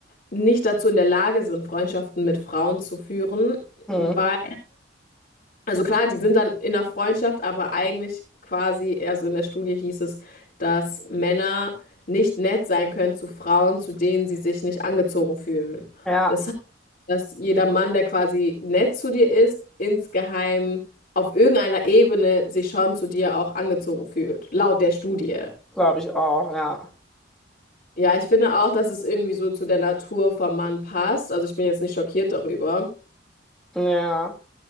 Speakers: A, on the left; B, in the centre.
A: nicht dazu in der Lage sind, Freundschaften mit Frauen zu führen,
B: Hm.
A: weil Also klar, die sind dann in der Freundschaft, aber eigentlich quasi, also in der Studie hieß es, dass Männer nicht nett sein können zu Frauen, zu denen sie sich nicht angezogen fühlen.
B: Ja,
A: Das heißt, dass jeder Mann, der quasi nett zu dir ist, insgeheim auf irgendeiner Ebene sich schon zu dir auch angezogen fühlt, laut der Studie.
B: glaube ich auch, ja.
A: Ja, ich finde auch, dass es irgendwie so zu der Natur vom Mann passt. Also ich bin jetzt nicht schockiert darüber.
B: Ja,